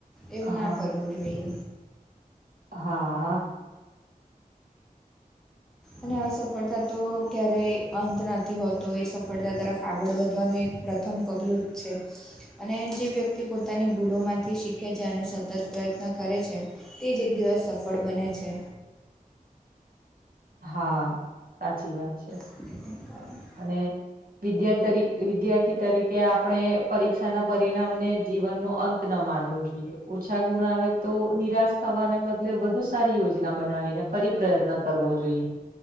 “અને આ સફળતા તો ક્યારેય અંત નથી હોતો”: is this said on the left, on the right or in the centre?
Centre